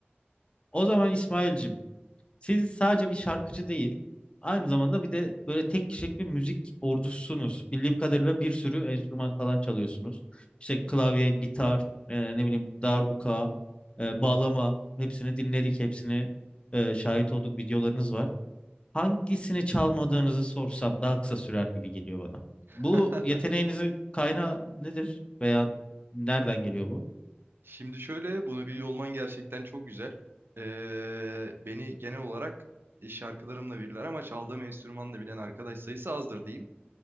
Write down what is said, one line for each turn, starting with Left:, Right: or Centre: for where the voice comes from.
Left: O zaman İsmail'cim siz sadece bir şarkıcı değil, aynı zamanda bir de böyle tek kişilik bir müzik ordususunuz. Bildiğim kadarıyla bir sürü enstrüman falan çalıyorsunuz. İşte klavye, gitar, e, ne bileyim darbuka, e, bağlama hepsini dinledik, hepsini e, şahit olduk videolarınız var. Hangisini çalmadığınızı sorsam daha kısa sürer gibi geliyor bana.
Right: <laughs>
Left: Bu yeteneğinizin kaynağı nedir? Veya nereden geliyor bu?
Right: Şimdi şöyle bunu biliyor olman gerçekten çok güzel. Eee, beni genel olarak e, şarkılarımla bilirler ama çaldığım enstrümanla bilen arkadaş sayısı azdır diyeyim.